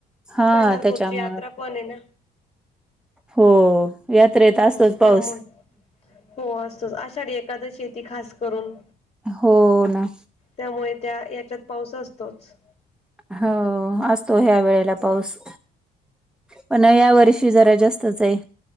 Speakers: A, in the centre; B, on the left (about 40°).
A: हा
B: पंढरपूरची
A: त्याच्यामुंळ
B: यात्रा पण आहे ना
A: हो. यात्रेत
B: हो
A: असतोच
B: त्यामुळे
A: पाऊस.
B: हो असतोच आषाढी एका. एकादशी येते ती खास करून.
A: हो ना.
B: त्यामुळे त्या याच्यात पाऊस असतोच.
A: हो असतो ह्या वेळेला
B: हो
A: पाऊस. पण या वर्षी जरा जास्तच आहे.